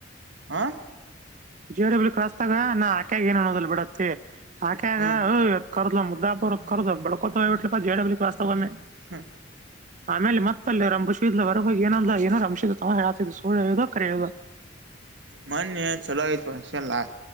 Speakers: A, on the right (about 65°); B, on the right (about 40°).
A: ಆ
B: ಜಿ ಡಬ್ಲ್ಯೂ ಕ್ರಾಸ್ ತಾಗ ನಾ ಆಕ್ಯಾಗ ಏನುೋದಲ್ ಬಿಡತ್ತತಿ ಆಕ್ಯಾಗ
A: ಹ್ಮ
B: ಕರ್ದ ಮುದ್ದಪುರ್ ಬಡ್ಕೋತ ಇಟ್ಲಾ ಜ ಡಬ್ಲಕ್ಸ್ತಾವಮ್ಮೇ
A: ಹಾ
B: ಆಮೇಲೆ ಮತ್ತಲ್ಲಿ ರಂಭಸ ಹೊರಗೋಗ ಏನಂದ ಏನಾರ ರಂಶ ತ ಹ ಹೇಳಾತಿದ್ದ ಸುಳ್ ಹೇಳುದ ಕರೆ ಹೇಳ್ದ.
A: ಮನ್ ಚಲೋ ಈ ಪಕ್ಷ ಲಾ